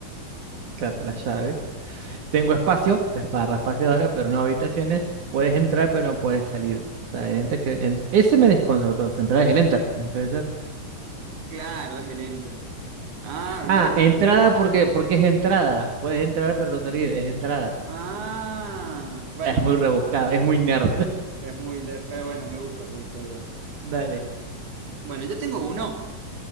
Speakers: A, on the right; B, on the right.
A: Claro, las llaves. Tengo espacio, la barra espaciadora, pero no habitaciones. Puedes entrar, pero no puedes salir. O sea, el enter que entra- Ese me desconcertó. Entrar es el enter. Puede ser.
B: Claro, es el Enter. Ah,
A: Ah,
B: bien, bien.
A: entrada porque, porque es entrada. Puedes entrar, pero no salir. Es entrada.
B: Ah, bueno,
A: Es muy rebuscado, es muy nerd.
B: es muy nerd, pero bueno, me gusta, me gustó igual.
A: <laughs> Dale.
B: Bueno, yo tengo uno